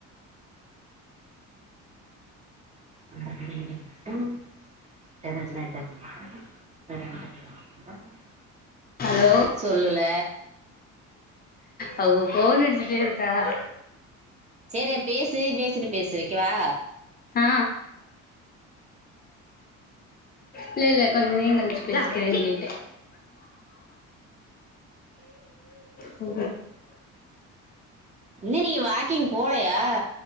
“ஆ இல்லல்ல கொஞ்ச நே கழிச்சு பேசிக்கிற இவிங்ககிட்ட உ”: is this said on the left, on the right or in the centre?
Left